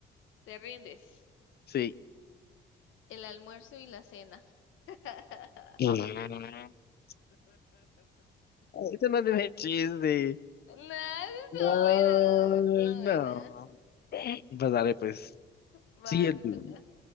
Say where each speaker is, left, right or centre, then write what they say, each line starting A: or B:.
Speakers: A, on the left; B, on the left.
A: Te rindes.
B: Sí.
A: El almuerzo y la cena. <laughs>
B: <laughs> Eso no tiene chiste.
A: No, estuvo
B: No,
A: bueno, estuvo
B: no.
A: bueno.
B: Pues dale, pues.
A: Va,
B: sí el
A: te
B: tuyo.
A: toca.